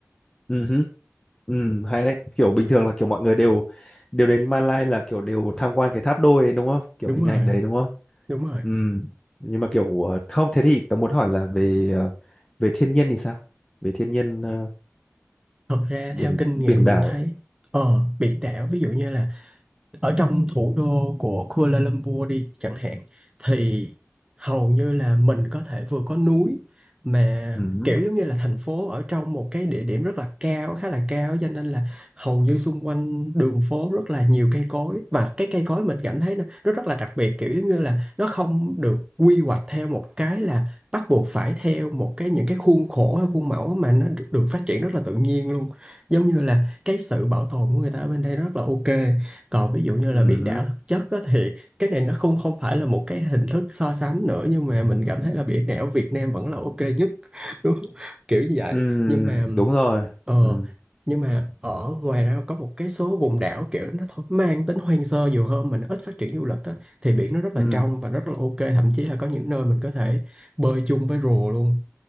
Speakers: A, on the left; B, on the right.
A: ừ hứ, ừ hay đấy kiểu bình thường là kiểu mọi người đều đều đến Malai là kiểu đều tham quan cái tháp đôi ấy, đúng không kiểu
B: đúng
A: hình
B: rồi
A: ảnh đấy đúng không
B: đúng rồi
A: ừ nhưng mà kiểu ờ, không thế thì tớ muốn hỏi là về ờ, về thiên nhiên thì sao về thiên nhiên ờ,
B: thật ra
A: biển
B: theo kinh
A: biển
B: nghiệm mình
A: đảo
B: thấy ờ biển đảo ví dụ như là ở trong thủ đô của Kuala Lumpur đi chẳng hạn thì hầu như là mình có thể vừa có núi mà
A: ừ hứ,
B: kiểu giống như là thành phố ở trong một cái địa điểm rất là cao khá là cao cho nên là hầu như xung quanh đường phố rất là nhiều cây cối và cái cây cối mình cảm thấy nó, nó rất là đặc biệt kiểu giống như là nó không được quy hoạch theo một cái là bắt buộc phải theo một cái những cái khuôn khổ hay khuôn mẫu mà nó được, được phát triển rất là tự nhiên luôn giống như là cái sự bảo tồn của người ta ở bên đây rất là ok còn ví dụ như là
A: ừ
B: biển đảo thực chất á, thì cái này nó không không phải là một cái hình thức so sánh nữa nhưng mà mình cảm thấy là biển đảo Việt Nam vẫn là ok nhất <laughs> đúng không? kiểu như vậy
A: ừ
B: nhưng mà
A: đúng rồi
B: ờ,
A: ừ
B: nhưng mà ở ngoài ra có một cái số vùng đảo kiểu nó thôi mang tính hoang sơ nhiều hơn mà nó ít phát triển du lịch á, thì biển nó rất là
A: ừ
B: trong và rất là ok thậm chí là có những nơi mình có thể bơi chung với rùa luôn